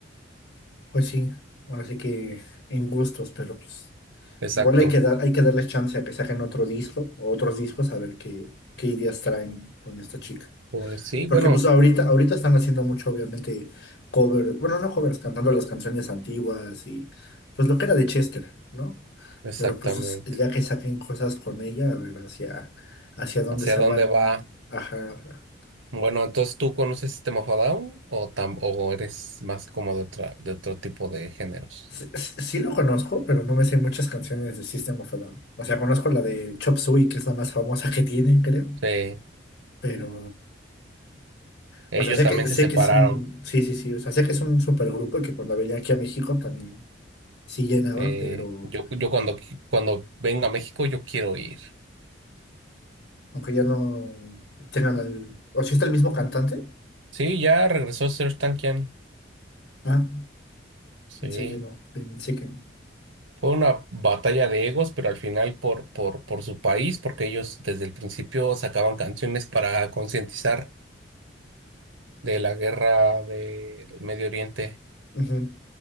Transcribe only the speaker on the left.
Pues sí, ahora sí que en gustos, pero pues
igual hay que dar, hay que darles chance a que saquen otro disco o otros discos a ver qué, qué ideas traen con esta chica.
Porque
pues ahorita, ahorita están haciendo mucho, obviamente, cover, bueno, no covers, cantando las canciones antiguas y pues lo que era de Chester, ¿no?
Pero pues ya que saquen cosas con ella, a ver hacia, hacia dónde
se
van,
ajá,
Sí, sí- sí lo conozco, pero no me sé muchas canciones de System of a Down. O sea, conozco la de Chop Suey, que es la más famosa que tienen, creo.
Pero,
o sea, sé
que,
sé
que es un, sí, sí, sí, o sea, sé que es un supergrupo y que cuando venía aquí a México también sí llenaba,
pero
aunque ya no tengan el, o si está el mismo cantante.
Ah,
pensé que no, pensé que no.
Ujú.